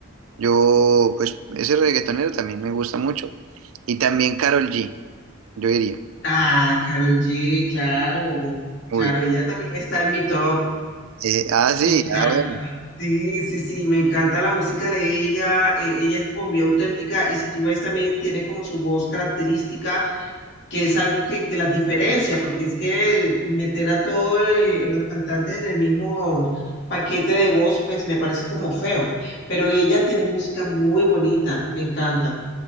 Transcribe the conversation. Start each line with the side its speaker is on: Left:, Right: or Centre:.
Right: yo pues ese reggaetonero también me gusta mucho y también Karol G, yo diría.
Left: Ah, Carol G, claro, claro,
Right: Uy,
Left: ella también está en mi top,
Right: eh, ah sí,
Left: me encanta.
Right: ah, bueno.
Left: Sí, sí, sí, me encanta la música de ella, eh, ella es como muy auténtica y si tú ves también tiene como su voz característica. que es algo que, que las diferencia, porque es que meter a todos los cantantes en el mismo paquete de voz, pues me parece como feo. Pero ella tiene música muy bonita, me encanta.